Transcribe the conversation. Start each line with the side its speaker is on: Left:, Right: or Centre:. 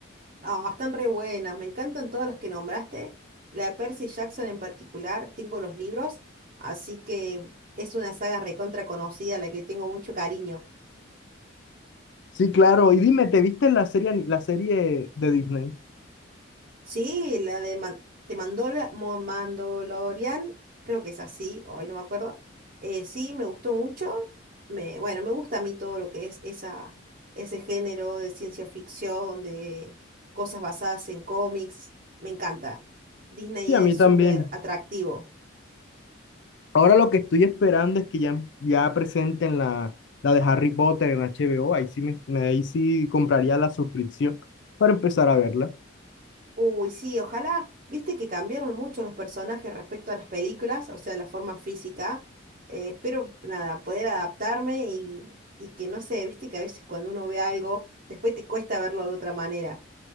Right: Ah, están re buenas, me encantan todas las que nombraste. La de Percy Jackson en particular, tengo los libros, así que es una saga recontra conocida, a la que tengo mucho cariño.
Left: Sí, claro. Y dime, ¿te viste la serie, ani- la serie de Disney?
Right: Sí, la de Man de Mandalor- Mo- Mandalorian, creo que es así, hoy no me acuerdo. Eh, sí, me gustó mucho. Me, bueno, me gusta a mí todo lo que es esa, ese género de ciencia ficción, de cosas basadas en cómics, me encanta. Disney
Left: Sí, a
Right: es
Left: mí
Right: súper
Left: también.
Right: atractivo.
Left: Ahora lo que estoy esperando es que ya, ya presenten la, la de Harry Potter en HBO. Ahí sí, me, me- ahí sí compraría la suscripción para empezar a verla.
Right: Uy, sí, ojalá, viste que cambiaron mucho los personajes respecto a las películas, o sea, la forma física. eh, espero, nada, poder adaptarme y, y que no sé, viste que a veces cuando uno ve algo, después te cuesta verlo de otra manera.